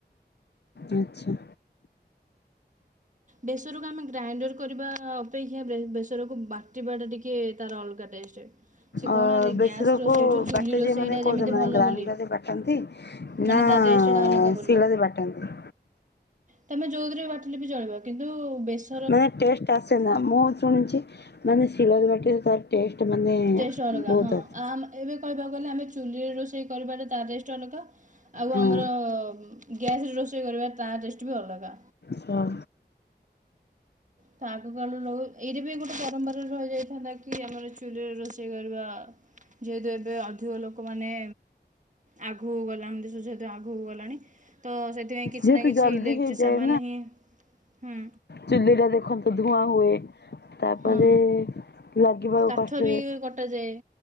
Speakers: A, on the left; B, on the right.
A: ଆଚ୍ଛା।
B: ବେସରକୁ ଆମେ ଗ୍ରାଇଣ୍ଡର କରିବା ଅପେକ୍ଷା ବେସରକୁ ବାଟିବାଟା ଟିକେ ତାର ଅଲଗା ଟେଷ୍ଟ। ସେ
A: ଅ
B: କହୁନାହାନ୍ତି
A: ବେଶର
B: ଗ୍ୟାସ୍ ରୋଷେଇଠୁ
A: କୁୁ
B: ଚୁଲି
A: ବାଟ
B: ରୋଷେଇଟା
A: ଯେ ମାନେ କୋଉ
B: ଯେମିତି
A: ମାନେ
B: ଭଲ
A: ଗ୍ରାଇଣ୍ଡର
B: ବୋଲି।
A: ରେ ବାଟନ୍ତି?
B: ମାନେ
A: ନା
B: ତା ଟେଷ୍ଟଟା ଅଲଗା ବୋଲି।
A: ଶିଳ ରେ ବାଟନ୍ତି?
B: ତମେ ଯୋଉଦିରେ ବାଟିଲେ ବି ଜଳିବ କିନ୍ତୁ ବେଶ୍
A: ମାନେ ଟେଷ୍ଟ ଆସେ ନା ମୁଁ ଶୁଣିଛି ମାନେ ଶିଳର ବାଟରେ ତାର ଟେଷ୍ଟ ମାନେ
B: ଟେଷ୍ଟ ଅଲଗା
A: ବହୁତ
B: ହଁ
A: ଆସେ।
B: ଏବେ କହିବାକୁ ଗଲେ ଆମେ ଚୁଲିରେ ରୋଷେଇ କରିବା ତା ଟେଷ୍ଟ ଅଲଗା। ଆଉ
A: ହଁ
B: ଆମର ଗ୍ୟାସରେ ରୋଷେଇ କରିବା ତା ଟେଷ୍ଟ ବି ଅଲଗା।
A: ହଁ।
B: ତା ଆଗ କାଳରୁ ଏଇଟା ବି ଗୋଟେ ପରମ୍ପରାରେ ରହିଯାଇଥାନ୍ତା କି ଆମର ଚୁଲିରେ ରୋଷେଇ କରିବା ଯେହେତୁ ଏବେ ଅଧିକ ଲୋକମାନେ ଆଗ ହଉ ଗଲାତୁ ଆଗ ହଉ ଗଲାଣି। ତ ସେ ସେଥିପାଇଁ କିଛି
A: ଯେହେତୁ
B: ନା କିଛି
A: ଜଲ୍ଦି
B: ଇଲେକ୍ଟ୍ରିକ
A: ହେଇଯାଏ
B: ସାମାନ ହିଁ, ହୁଁ।
A: ଚୁଲିରେ ଦେଖନ୍ତୁ ଧୂଆଁ ହୁଏ। ତାପରେ
B: ହଁ
A: ଲାଗିବାକୁ
B: କାଠ
A: କଷ୍ଟରେ
B: ବି କଟାଯାଏ